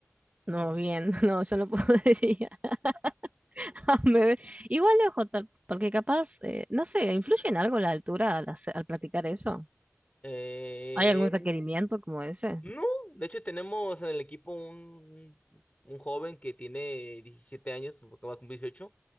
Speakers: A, on the right; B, on the left.
A: no,
B: Mm.
A: bien, <laughs> no, yo no podría. <laughs> Me ve- Igual, ojo, tal- porque capaz, eh, no sé, ¿influye en algo la altura al, hacer- al practicar eso?
B: Eh,
A: ¿Hay algún requerimiento como ese?
B: no, de hecho tenemos en el equipo un, un joven que tiene 17 años, que va a cumplir dieciocho